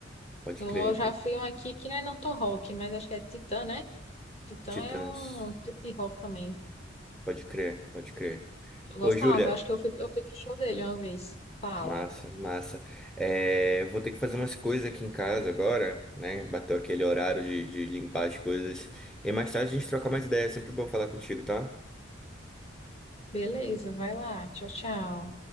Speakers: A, in the centre; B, on the left.
A: Pode
B: Eu
A: crer.
B: já
A: pode-
B: fui um aqui que não é não tão rock, mas acho que é Titã, né? Titã
A: Titãs.
B: é um tipo de rock também.
A: Pode crer, pode crer.
B: Eu gostava,
A: Ô, Júlia.
B: eu acho que eu fui, eu fui pro show dele uma vez. Fala.
A: Massa, massa. É, vou ter que fazer umas coisas aqui em casa agora, né? Bateu aquele horário de, de limpar as coisas. E mais tarde a gente troca mais ideias. É sempre bom falar contigo, tá?
B: Beleza, vai lá. Tchau, tchau.